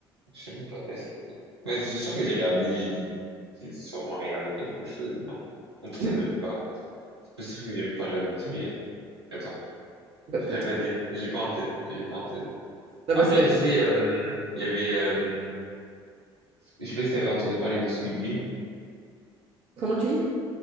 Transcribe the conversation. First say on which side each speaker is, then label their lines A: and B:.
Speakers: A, on the right; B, on the right.
A: je sais même pas. Est-ce que ouais, c'est sûr que j'ai regardé, j'ai dit- j'ai sûrement regardé quelque chose, non? Ou peut-être
B: Bon,
A: même pas. C'est possible que j'ai même pas regardé de série. hein. Attends,
B: bah,
A: je
B: peut-être
A: saurais pas dire. J'ai pas en tête. J'ai pas en tête.
B: Non,
A: Après,
B: bah, ça va-
A: je sais, euh, il y avait, euh, je sais pas si t'avais entendu parler de Squid Game.
B: comment tu dis